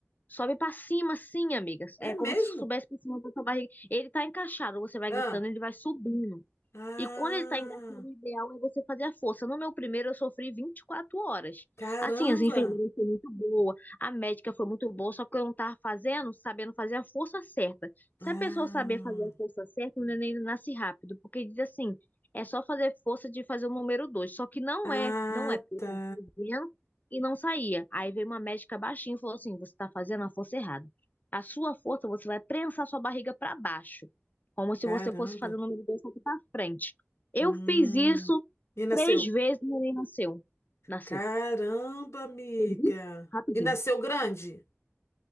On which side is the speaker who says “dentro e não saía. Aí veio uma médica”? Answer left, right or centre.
Left